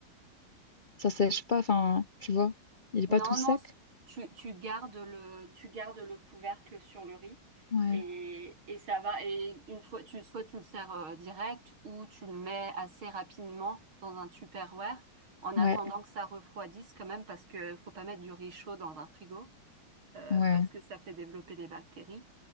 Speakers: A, on the left; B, on the right.
A: Ça sèche pas, enfin, tu vois. Il est
B: Non,
A: pas tout sec?
B: non, c- tu, tu gardes le, tu gardes le couvercle sur le riz
A: Ouais.
B: et, et ça va. Et une fois, tu, soit tu le sers euh, direct ou tu le mets assez rapidement dans un Tupperware en attendant
A: Ouais.
B: que ça refroidisse quand même parce que faut pas mettre du riz chaud dans un frigo euh,
A: Ouais.
B: parce que ça fait développer des bactéries.